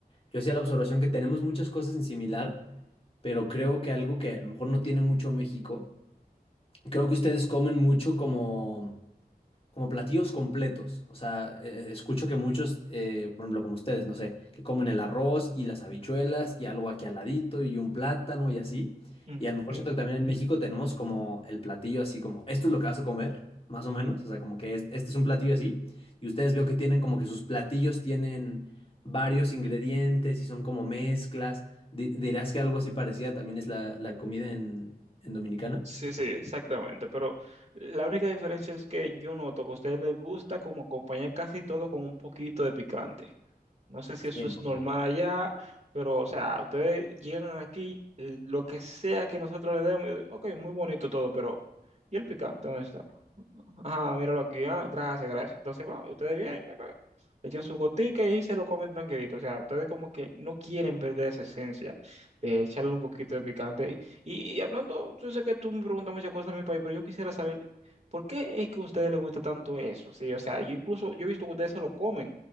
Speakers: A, on the left; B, on the right.
A: yo hacía la observación que tenemos muchas cosas en similar, pero creo que algo que a lo mejor no tiene mucho México, creo que ustedes comen mucho como. como platillos completos. O sea, eh, eh, escucho que muchos, eh, por ejemplo, como ustedes, no sé, que comen el arroz y las habichuelas y algo aquí al ladito y un plátano y así.
B: <laughs>
A: Y a lo mejor siento que también en México tenemos como el platillo así como, esto es lo que vas a comer, más o menos. O sea, como que es- este es un platillo así. Y ustedes veo que tienen como que sus platillos tienen varios ingredientes y son como mezclas. Di- ¿Dirás que algo así parecida también es la, la comida en, en Dominicana?
B: Sí, sí, exactamente. Pero la única diferencia es que yo noto que a ustedes les gusta como acompañar casi todo con un poquito de picante. No sé si
A: 100%.
B: eso es normal allá, pero o sea, ustedes llegan aquí, lo que sea que nosotros le demos, y, ok, muy bonito todo, pero ¿y el picante? ¿Dónde está? Ah, míralo aquí, ah, gracias, gracias. Entonces, va, ustedes vienen, pa, pa, echan su gotica y ahí se lo comen tranquilito. O sea, ustedes como que no quieren perder esa esencia de echarle un poquito de picante. Y, y hablando, yo sé que tú me preguntas muchas cosas de mi país, pero yo quisiera saber, ¿por qué es que a ustedes les gusta tanto eso? Sí, o sea, yo incluso, yo he visto que ustedes se lo comen